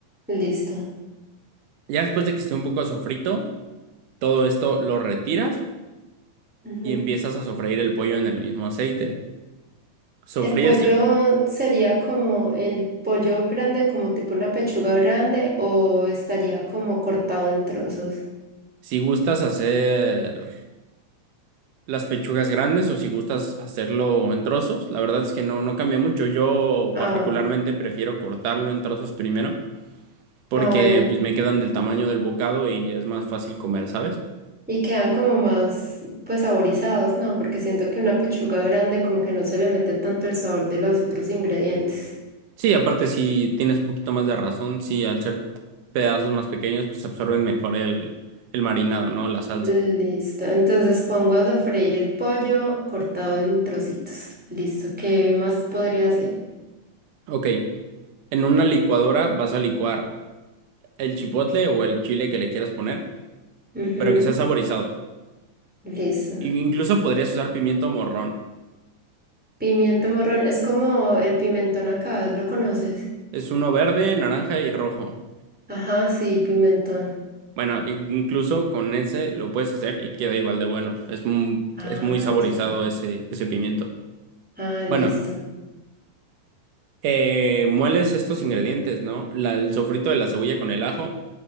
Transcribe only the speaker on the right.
Ya después de que esté un poco sofrito, todo esto lo retiras
y empiezas a sofreír el pollo en el mismo aceite. Sofríes
el-
si gustas hacer las pechugas grandes o si gustas hacerlo en trozos, la verdad es que no, no cambia mucho. Yo
particularmente
prefiero cortarlo en trozos primero porque
pues me quedan del tamaño del bocado y es más fácil comer, ¿sabes?
Sí, aparte si tienes un poquito más de razón, sí, al ser pedazos más pequeños, pues absorben mejor el, el marinado, ¿no? La salsa.
Ok, en una licuadora vas a licuar el chipotle o el chile que le quieras poner,
pero que sea saborizado.
In- Incluso podrías usar pimiento morrón.
Es uno verde, naranja y rojo.
Bueno, in- incluso con ese lo puedes hacer y queda igual de bueno. Es, mu-
es muy saborizado
ese, ese pimiento.
Bueno.
Eh, mueles estos ingredientes, ¿no? La- el sofrito de la cebolla con el ajo,